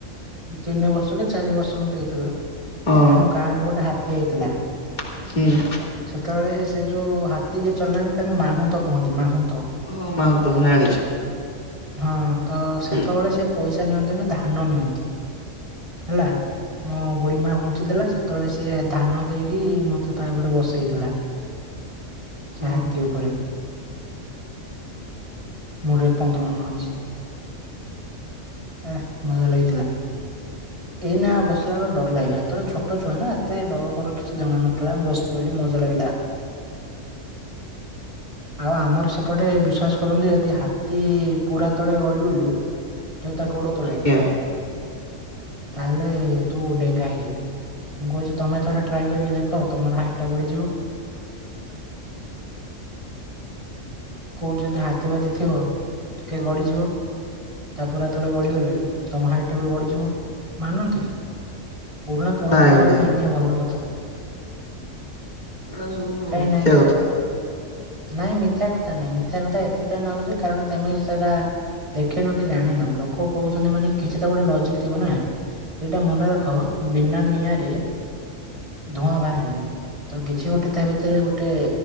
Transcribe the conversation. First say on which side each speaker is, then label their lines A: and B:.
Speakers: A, on the right; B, on the left.
A: ତିନି ବର୍ଷ କି ଚାରି ବର୍ଷ ମତେ ହେଇଥିଲା
B: ହଁ
A: ଆମ ଗାଁ କୁ ଗୋଟେ ହାତୀ ଆଇଥିଲା।
B: ହୁଁ।
A: ସେତେବେଳେ ସେ ଯୋଉ ହାତୀ ଯିଏ ଚଲାନ୍ତି ତାଙ୍କୁ ମାହୁନ୍ତ କୁହନ୍ତି ମାହୁନ୍ତ।
B: ହଁ ମାହୁ ତ ମୁଁ ଜାଣିଛି।
A: ହଁ ତ ସେତେବେଳେ
B: ହୁଁ
A: ସେ ପଇସା ନିଅନ୍ତି ନି ଧାନ ନିଅନ୍ତି। ହେଲା ମୋ ବୁଢୀ ମା ପଞ୍ଚିଥିଲା ସେତେବେଳେ ସିଏ ଧାନ ଦେଇକି ମ ତ ତା ଉପରେ ବସେଇଥିଲା ସେ
B: ହଁ
A: ହାତୀ ଉପରେ।
B: ହୁଁ।
A: ମୋର ଏପନ୍ତ ମନ ଅଛି। ଏ ମଜା ଲାଗିଥିଲା। ଏଇନା ବସିଲା ଅଳୁ ଡର ଲାଗିବ ହେତେବେଳେ ଛୋଟ ଛୁଆ ନା ଏତେ ଡର ଫର କିଛି ଜଣା ନଥିଲା ବ ପଇଲି ମଜା ଲାଗିଲା। ଆଉ ଆମର ସେପଟେ ବିଶ୍ଵାସ କରନ୍ତି ଯଦି ହାତୀ ପୁରା ତଳେ ଗଳିଗଲୁ ଯେ ତା ଗୋଡ଼ ତଳେ।
B: ଆଜ୍ଞା
A: ତାହେଲେ ତୁ ଡେଙ୍ଗା ହେଇଯିବୁ। ମୁଁ କହୁଛି ତମେ ଥରେ ଟ୍ରାଏ କରିକି ଦେଖ ତମର ହାଇଟ ଟା ବଢିଯିବ। କୋଉଠି ଯଦି ହାତୀ ଭାତି ଥିବ ଟିକେ
B: ହଁ
A: ଗଡିଯିବ। ତା ପୁରା ତଳେ ଗଳିଗଲେ ତମ ହାଇଟା ବି ବଢିଯିବ। ମାନନ୍ତି ପୁରୁଣା ପରମ୍ପରାଗୁରାକୁ
B: ନାଇଁ ନାଇଁ
A: ମାନିବା ଭଲ କଥା।
B: ଏଇଡା ସବୁ
A: କାହିଁ
B: ମିଥ୍ୟା
A: ନାଇଁ
B: କଥା।
A: ନାଇଁ ମିଥ୍ୟା କଥା ନାଇଁ ମିଥ୍ୟା କଥା ଏଥିପାଇଁ ନାଗୁଛି କାରଣ ତେମେ ସେରା ଦେଖିନ କି ଜାଣିନ ଲୋକ କହୁଛନ୍ତି ମାନେ କିଛି ତ ଗୋଟେ ଲଜିକ୍ ଥିବ ନା? ଏଇଟା ମନେ ରଖ ବିନା ନିଆଁରେ ଧୂଆଁ ଭାରେନି। ତ କିଛି
B: ହୁଁ
A: ଗୋଟେ ତା ଭିତରେ ଗୋଟେ